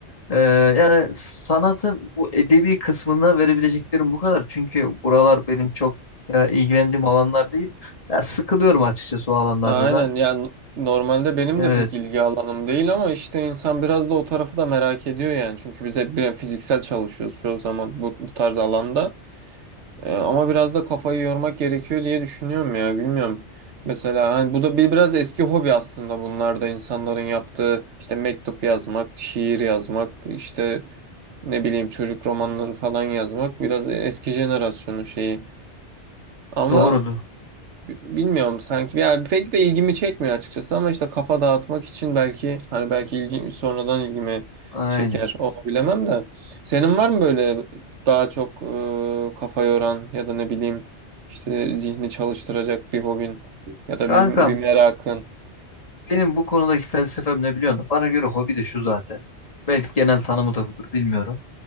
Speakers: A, on the left; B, on the right.
A: Ee, yani sanatın bu edebi kısmına verebileceklerim bu kadar. Çünkü buralar benim çok e, ilgilendiğim alanlar değil. Ya sıkılıyorum açıkçası o alanlarda
B: Aynen
A: da.
B: yani normalde benim
A: Evet,
B: de pek ilgi alanım değil ama işte insan biraz da o tarafı da merak ediyor yani. Çünkü biz hep bir fiziksel çalışıyoruz çoğu zaman bu, bu tarz alanda. Ee, ama biraz da kafayı yormak gerekiyor diye düşünüyorum ya bilmiyorum. Mesela hani bu da bir biraz eski hobi aslında bunlar da insanların yaptığı işte mektup yazmak, şiir yazmak, işte ne bileyim çocuk romanları falan yazmak biraz eski jenerasyonun şeyi. Ama
A: doğrudur.
B: Bilmiyorum sanki yani pek de ilgimi çekmiyor açıkçası ama işte kafa dağıtmak için belki hani belki ilgi sonradan ilgimi
A: Aynen.
B: çeker onu bilemem de senin var mı böyle daha çok e, kafa yoran ya da ne bileyim işte zihni çalıştıracak bir hobin ya da
A: Kankam,
B: bir, bir merakın
A: benim bu konudaki felsefem ne biliyor musun? Bana göre hobi de şu zaten. Belki genel tanımı da budur, bilmiyorum.